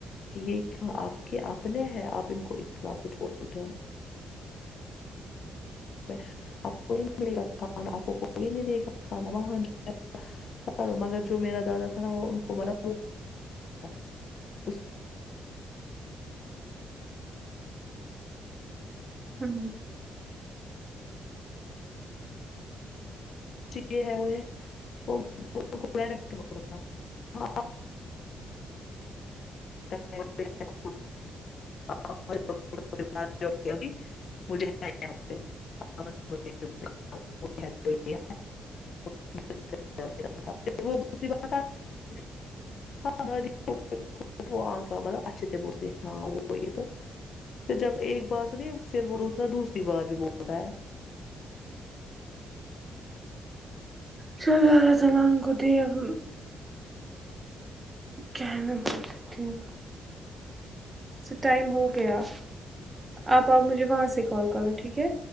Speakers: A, on the left; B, on the right.
A: یہ آپ کے اپنے ہے آپ ان کو اتنا کچھ بولتے ہو <unintelligible> <unintelligible> و مگر جو میرا دادا تھا نا وہ ان کو مطلب <unintelligible> <unintelligible> <unintelligible> <unintelligible>
B: ہوں
A: یہ ہے وہ ہے <unintelligible> ہاں <unintelligible> <unintelligible> <unintelligible> <unintelligible> وہ <unintelligible> مطلب اچھے سے بول ہاں وہ یہ تو پھر جب ایک بار سنی پر وہ دوسرا دوسری بار بھی بولتا ہے
B: چلو اللہ تعالی کو دے اب کیا میں بول سکتی ہوں ٹائم ہو گیا اب آپ مجھے وہاں سے کال کرو ٹھیک ہے